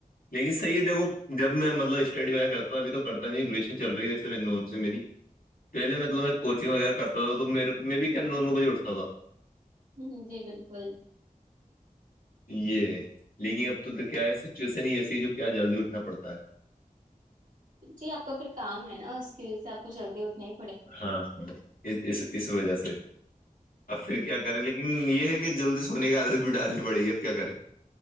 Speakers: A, on the left; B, on the right.
A: لیکن صحیح دیکھو جب میں مط اسٹڈی وغیرہ کرتا تھا اب تو کرتا نہیں گلیشن چل رہی ویسے سے میری پہلے مطلب میں کوچنگ وغیرہ کرتا تو میر میں بھی کیا نو نو بجے اٹھتا تھا
B: ہ جی بالکل
A: یہ ہے لیکن اب تو تو کیا سچویشن ہی ایسی ہے جو کیا جلدی اٹھنا پڑتا ہے
B: جی آپ کا پھر کام ہے نا اس کی وجہ سے آپ کو جلدی اتنے
A: ہاں ہاں اس اس اس وجہ سے اب پھر کیا کریں لیکن یہ ہے جلدی سونے کی عادت بھی ڈالنی پڑی اب کیا کریں